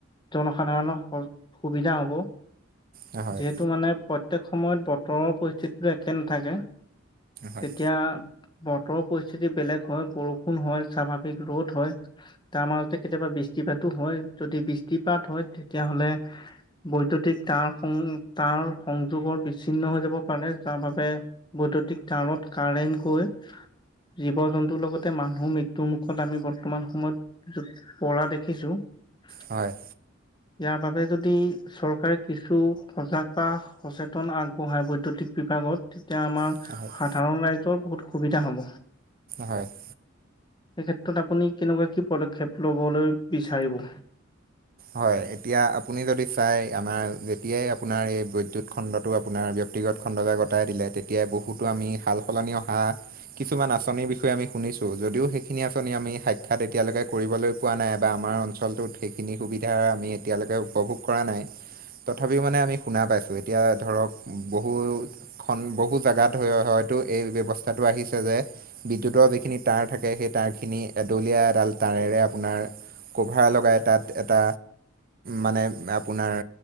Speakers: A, on the left; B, on the right.
A: জনসাধাৰণৰ সুবিধা হ'ব।
B: হয়
A: যিহেতু মানে প্ৰত্যেক সময়ত বতৰৰ পৰিস্থিতিটো একে নাথাকে।
B: হয়
A: তেতিয়া বতৰৰ পৰিস্থিতি বেলেগ হয়, বৰষুণ হয়, স্বাভাৱিক ৰ'দ হয়। তাৰ মাজতে কেতিয়াবা বৃষ্টিপাতো হয় যদি বৃষ্টিপাত হয় তেতিয়াহ'লে বৈদ্যুতিক তাঁৰসমূহ তাঁৰ সংযোগৰ বিচ্ছিন্ন হৈ যাব পাৰে যাৰ বাবে বৈদ্যুতিক তাঁৰত কাৰেণ্ট গৈ জীৱ-জন্তু লগতে মানুহ মৃত্যুৰ মুুখত আমি বৰ্ত্তমান সময়ত পৰা দেখিছোঁ। ইয়াৰ
B: হয়।
A: বাবে যদি চৰকাৰে কিছু সজাগ বা সচেতন আগবঢ়ায় বৈদ্যুতিক বিভাগত তেতিয়া আমাৰ
B: তেতিয়া আমাৰ
A: সাধাৰণ
B: <unintelligible>
A: ৰাইজৰ বহুত সুবিধা হ'ব।
B: হয় <unintelligible>
A: এই ক্ষেত্ৰত আপুনি কেনেকুৱা কি পদক্ষেপ ল'বলৈ বিচাৰিব।
B: হয়, এতিয়া আপুনি যদি চাই আমাৰ যেতিয়াই আপোনাৰ এই বৈদ্যুত খণ্ডটো আপোনাৰ ব্যক্তিগত খণ্ডকে গটাই দিলে তেতিয়াই বহুতো আমি ভাল সলনি অহা কিছুমান আঁচনিৰ বিষয়ে আমি শুনিছোঁ যদিও সেইখিনি আঁচনি আমি সাক্ষাৎ এতিয়ালৈকে কৰিবলৈ পোৱা নাই বা আমাৰ অঞ্চলটোত সেইখিনি সুবিধা আমি এতিয়ালৈকে উপভোগ কৰা নাই। তথাপিও মানে আমি শুনা পাইছোঁ, এতিয়া ধৰক বহু খন বহু জেগাত হয়-হয়তো এই ব্যৱস্থাটো আহিছে যে- বিদ্যুতৰ যিখিনি তাঁৰ থাকে সেই তাঁৰখিনি এডলীয়া এডাল তাৰেৰে আপোনাৰ- কভাৰ লগাই তাত এটা মানে আপোনাৰ